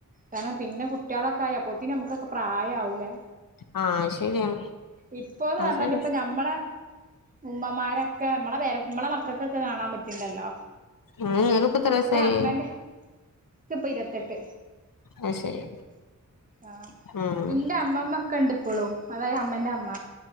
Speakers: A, on the right (about 25°); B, on the left (about 80°).
A: കാരണം പിന്നെ കുട്ടികളൊക്കെ ആയി അപ്പത്ത നമുക്കൊക്കെ പ്രായ ആവൂലേ
B: ആ അത് ശരിയാണ്
A: ഇപ്പൊന്ന്
B: അത്
A: പറഞ്ഞാല്
B: ശരിയാ
A: ഇപ്പൊ നഞമ്മള ഉമ്മമാരൊക്കെ നമ്മളെ പേമ്മളെ മക്കൾക്കൊക്കെ കാണാൻ പറ്റിണ്ടല്ലോ
B: ആ ഇങ്ങക്കിപ്പ എത്ര വയസായി
A: എന്റെ അമ്മേറെ ഇപ്പൊ ഇരുപത്തെട്ട്
B: അത് ശരി
A: ആഹ
B: ഉം
A: എന്റെ അമ്മമ്മ ഒക്കെ ഇണ്ട് ഇപ്പോളും അതായത് അമ്മന്റെ അമ്മ